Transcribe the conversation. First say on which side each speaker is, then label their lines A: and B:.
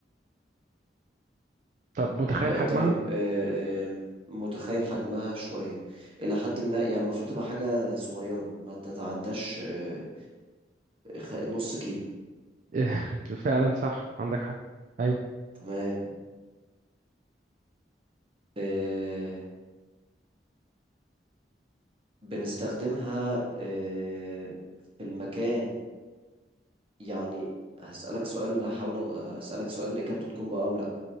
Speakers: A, on the right (about 45°); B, on the right (about 30°).
A: طب متخيل
B: م-
A: حجمها
B: طيب آه، آم، متخيل حجمها شوية إلى حد ما يعني المفروض تبقى حاجة صغيرة ما تتعداش آه، خ- نص كيلو
A: <laughs> فعلا صح عندك حق ايوه
B: تمام آه، بنستخدمها آه، في المكان يعني هسألك سؤال هحاول أ- أسألك سؤال إجابته تكون بقى أو لأ